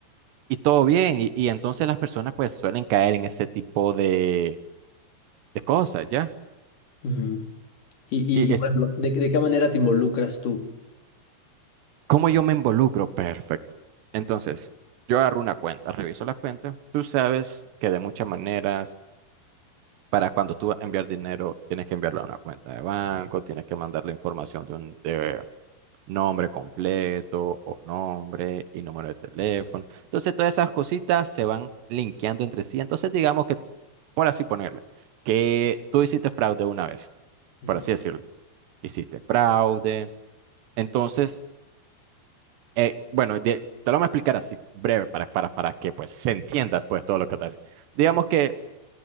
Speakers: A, on the right (about 75°); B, on the left (about 50°).
A: y todo bien. Y, y entonces las personas pues suelen caer en ese tipo de, de cosas, ¿ya?
B: Ujú. Y,
A: Y
B: y, y,
A: es
B: por ejemplo, ¿de, de qué manera te involucras tú?
A: cómo yo me involucro, perfecto. Entonces, yo agarro una cuenta, reviso la cuenta. Tú sabes que de muchas maneras, para cuando tú vas a enviar dinero, tienes que enviarlo a una cuenta de banco, tienes que mandar la información de un de nombre completo o nombre y número de teléfono. Entonces, todas esas cositas se van linkeando entre sí. Entonces, digamos que, por así ponerle, que tú hiciste fraude una vez.
B: Ujú,
A: por así decirlo. Hiciste fraude. Entonces, eh, bueno, de- te lo voy a explicar así, breve, para, para, para que pues se entienda pues todo lo que te hace. Digamos
B: ujú,
A: que